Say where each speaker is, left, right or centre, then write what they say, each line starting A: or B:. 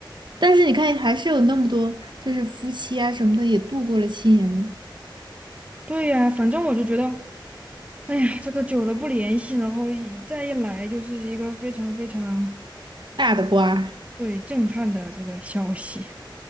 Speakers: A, on the right (about 65°); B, on the right (about 15°).
A: 但是你看，还是有那么多就是夫妻啊什么的也度过了七年呢，
B: 对呀，反正我就觉得，哎呀，这个久了不联系，然后一再一来就是一个非常非常。
A: 大的瓜。
B: 对，震撼的这个消息。